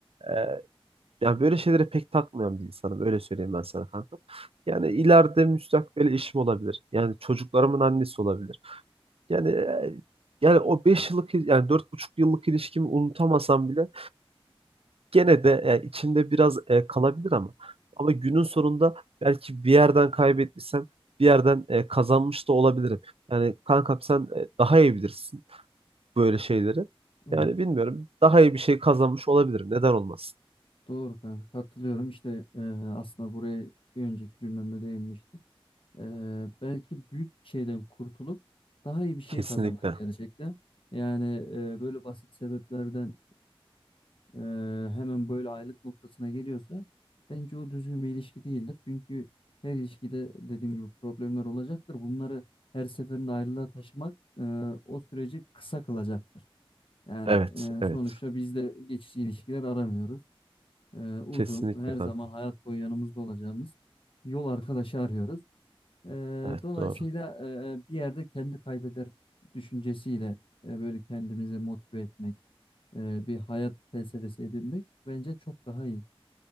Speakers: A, on the right; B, on the left.
A: e, ya böyle şeylere pek takmayan bir insanım. Öyle söyleyeyim ben sana kanka. Yani ileride müstakbel eşim olabilir. Yani çocuklarımın annesi olabilir. Yani e, yani o beş yıllık yani dört buçuk yıllık ilişkimi unutamasam bile gene de e, içimde biraz e, kalabilir ama ama günün sonunda belki bir yerden kaybettiysem bir yerden e, kazanmış da olabilirim. Yani kankam sen e, daha iyi bilirsin böyle şeyleri.
B: Evet.
A: Yani bilmiyorum daha iyi bir şey kazanmış olabilirim. Neden olmasın?
B: Doğru kanka. Katılıyorum. İşte e, aslında buraya bir önceki cümlemde değinmiştim. E, belki büyük bir şeyden kurtulup daha iyi bir şey
A: Kesinlikle.
B: kazandın gerçekten. Yani e, böyle basit sebeplerden e, hemen böyle aylık noktasına geliyorsa bence o düzgün bir ilişki değildir. Çünkü her ilişkide dediğim gibi problemler olacaktır. Bunları her seferinde ayrılığa taşımak e, o süreci kısa kılacaktır. Yani
A: Evet,
B: e,
A: evet.
B: sonuçta biz de geçici ilişkiler aramıyoruz. E, uzun,
A: Kesinlikle
B: her
A: kanka.
B: zaman hayat boyu yanımızda olacağımız yol arkadaşı arıyoruz. E,
A: Evet,
B: dolayısıyla
A: doğru.
B: e, bir yerde kendi kaybeder düşüncesiyle e, böyle kendimizi motive etmek e, bir hayat felsefesi edinmek bence çok daha iyi.